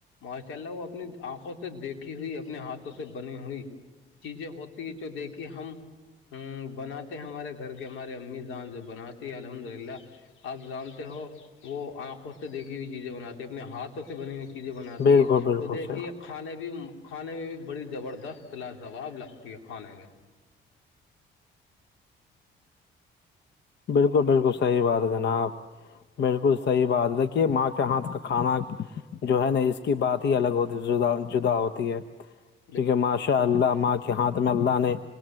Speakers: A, on the left (about 80°); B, on the left (about 60°).
A: ماشاء اللہ وہ اپنی آنکھوں سے دیکھی ہوئی اپنے ہاتھوں سے بنی ہوئی چیزیں ہوتی جو دیکھی ہم ہ بناتے ہیں ہمارے گھر کے ہماراریے امی جان جو بناتی الحمد للہ آپ جانتے ہو وہ آنکھوں سے دیکھی ہوئی چیزیں بناتی ہیں اپنے ہاتھوں سے بنی ہوئی چیزیں بناتی
B: بالکل
A: ہے
B: بالکل
A: تو دیکھیے
B: صحیح
A: کھانے بھی کھانے میں بھی بڑی زبردست لاجواب لگتی ہے کھانے میں
B: بالکل بالکل صحیح بات ہے جناب بالکل صحیح بات دیکھیے ماں کے ہاتھ کا کھانا جو ہے نا اس کی بات ہی الگ ہوتی جدہ جدہ ہوتی ہے
A: <inaudible>
B: ٹھیک ہے اللہ ماں کے ہاتھ میں اللہ نے